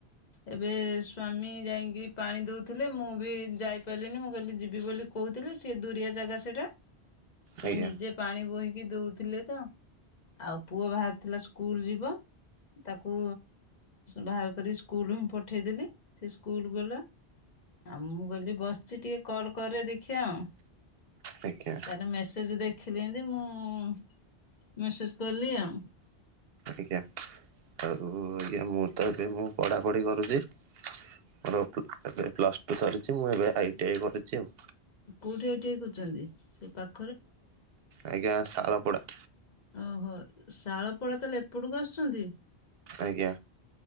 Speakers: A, on the left; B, on the right.
A: ଏବେ ସ୍ଵାମୀ ଯାଇକି ପାଣି ଦଉଥିଲେ ମୁଁ ବି ଯାଇପାରିଲିନି ମୁଁ କହିଲି ଯିବି ବୋଲି କହୁଥିଲି ସେ ଦୁରିଆ ଜାଗା ସେଇଟା। ସେ
B: ଆଜ୍ଞା
A: ନିଜେ ପାଣି ବୋହିକି ଦଉଥିଲେ ତ। ଆଉ ପୁଅ ବାହାରୁିଥିଲା ସ୍କୁଲ ଯିବ। ତାକୁ ବାହାର କରି ସ୍କୁଲ ହିଁ ପଠେଇଦେଲି ସେ ସ୍କୁଲ ଗଲା। ଆଉ ମୁଁ ଗଲି ବସିଛି ଟିକେ କଲ କରିରେ ଦେଖିବା ଆଉ।
B: ଆଜ୍ଞା
A: ତାରଲେ ମେସେଜ ଦେଖିଲି ଯେମିତି ମୁଁ ମସେଜ କଲି ଆଉ।
B: ଆଜ୍ଞା ଆଉ ଆ ମୁଁ ତ ଏବେ ମୁଁ ପଢ଼ାପଢ଼ି କରୁଛି ମୋର ଏବେ ପ୍ଲସ ଟୁ ସରି ମୁଁ ଏବେ ଆଇ ଟି ଆଇ କରୁଛି ଆଉ।
A: କୋଉଠି ଏଇଠି କରୁଛନ୍ତି ସେ ପାଖ
B: ଆଜ୍ଞା ସାରପଡ଼ା।
A: ଓହୋ ଶାଳପଡା ତାହେଲେ ଏପଟକୁ ଆସୁଛନ୍ତି।
B: ଆଜ୍ଞା